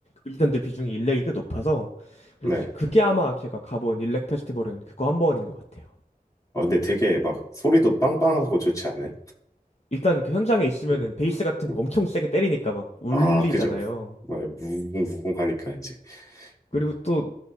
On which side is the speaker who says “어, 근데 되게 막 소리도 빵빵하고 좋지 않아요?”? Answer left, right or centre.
Left